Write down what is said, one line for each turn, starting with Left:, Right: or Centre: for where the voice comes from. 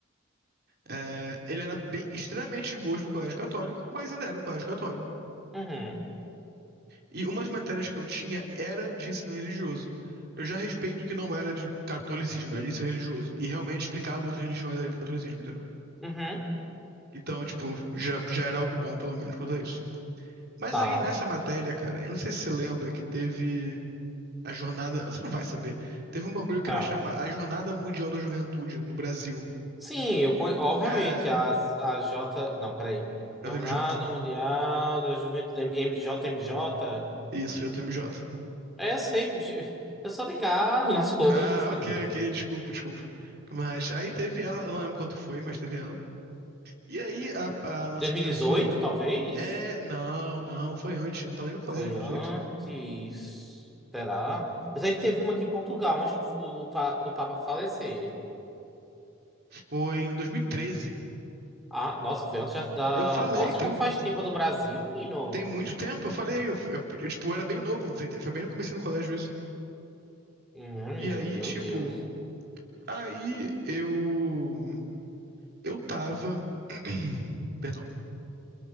Right: É, ele era bem, extremamente de boas pro colégio católico, mas ainda era um colégio católico.
Centre: Uhum,
Right: E uma das matérias que eu tinha era de ensino religioso. Eu já respeito que não era de catolicismo, era de ensino religioso. E realmente explicava outras religiões além do catolicismo, entendeu?
Centre: uhum,
Right: Então, tipo, já, já era algo bom, pelo menos, quanto a isso. Mas
Centre: tá,
Right: aí, nessa matéria, cara, eu não sei se você lembra que teve a jornada. Você não vai saber. Teve um bagulho que
Centre: tá.
Right: era chamar a Jornada Mundial da Juventude no Brasil.
Centre: Sim, eu, con- obviamente,
Right: É.
Centre: a, a J. Não, peraí.
Right: JMJ.
Centre: Jornada Mundial da Juventude M- JMJ?
Right: Isso, JMJ.
Centre: É, eu sei, eu sou ligado nas coisas,
Right: Ah,
Centre: querido.
Right: ok, ok, desculpa, desculpa. Mas aí teve ela, eu não lembro quanto foi, mas teve ela. E aí a, a nossa
Centre: 2018,
Right: professora
Centre: talvez?
Right: é, não, não, foi antes, eu não tava nem no colégio
Centre: Foi
Right: em
Centre: antes.
Right: 2018.
Centre: Será? Eu sei que teve uma aqui em Portugal, antes do, do pa- do Papa falecer.
Right: Foi em 2013.
Centre: Ah, nossa, foi antes já da.
Right: Eu falei,
Centre: Nossa,
Right: tem,
Centre: como faz tempo a do Brasil, menino?
Right: tem muito tempo, eu falei, eu, eu- eu, tipo, eu era bem novo, foi foi bem no começo do colégio isso.
Centre: Hum, menino,
Right: E aí,
Centre: meu
Right: tipo,
Centre: Deus.
Right: aí eu eu tava <clears throat> Perdão.